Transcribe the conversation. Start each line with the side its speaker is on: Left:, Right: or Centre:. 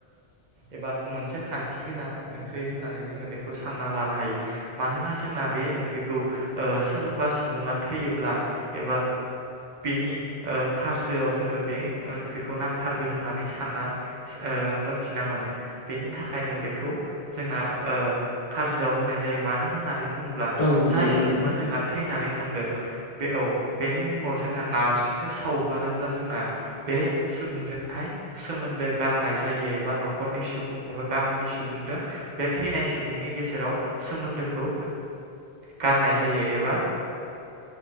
Right: एबा मोनसे खान्थि गोनां ओंख्रि होननानै जोङो बेखौ सान्ना लानो हायो मानोना जोंना बे ओंख्रिखौ सोरबा सुबुङा थैयोब्ला एबा बेनि खारजोआव जोङो बे ओंख्रिखौ नांथारगौ होननानै सानना मोनथिना मोनो बेनि थाखायनो बेखौ जोंना खारजोआव होनाय जायो मानो होननानै बुङोब्ला
Left: औ नंगौ
Right: जाय सुबुं
Left: नोंथां
Right: सुबुङा जोंना थैनानै थांदों बे औ बेनि मुङाव जोंना नारजिखौ सावगारोब्ला जोंना बे सुबुंजोंहाय सोमोन्दो गारनाय जायो एबा न'खरनि सुबुं एबा गामिनि सुबुंजों बे थैनाय सुबुंनि गेजेराव सोमोन्दोखौ गारनाय जायो एबा